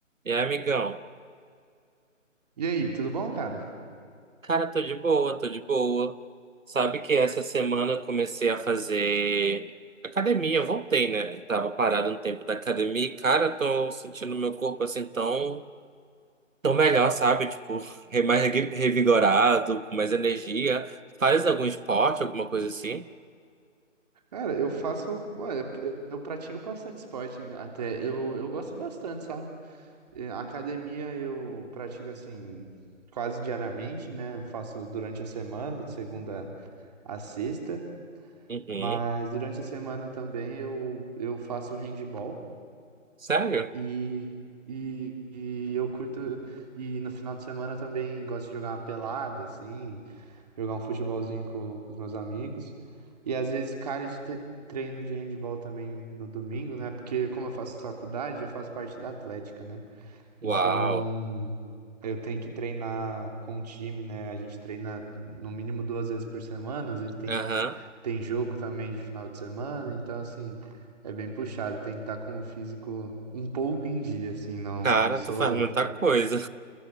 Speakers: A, on the right (about 85°); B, on the right (about 30°).
A: E aí, amigão?
B: E aí, tudo bom, cara?
A: Cara, tô de boa, tô de boa. Sabe que essa semana eu comecei a fazer academia, eu voltei, né? Tava parado um tempo da academia e, cara, tô sentindo meu corpo assim tão, tão melhor, sabe? Tipo, re- mais re- revigorado, com mais energia. Faz algum esporte, alguma coisa assim?
B: Cara, eu faço. ué, Eu, eu pratico bastante esporte, hein, até. Eu, eu gosto bastante, sabe? Eh, Academia eu pratico assim, quase diariamente, né? Eu faço durante a semana, de segunda a sexta.
A: Uhum.
B: Mas durante a semana também eu, eu faço handball
A: Sério?
B: e, e, e eu curto. E no final de semana eu também gosto de jogar uma pelada, assim. jogar um futebolzinho com, com os meus amigos. E às vezes calha de ter treino de handball também no domingo, né? Porque como eu faço faculdade, eu faço parte da Atlética, né?
A: Uau.
B: Então eu tenho que treinar com o time, né? A gente treina no mínimo duas vezes por semana, às vezes tem,
A: Aham.
B: tem jogo também de final de semana, então assim, é bem puxado, tem que estar com o físico um pouco em dia, assim, não,
A: Cara,
B: não sou,
A: tu faz muita coisa.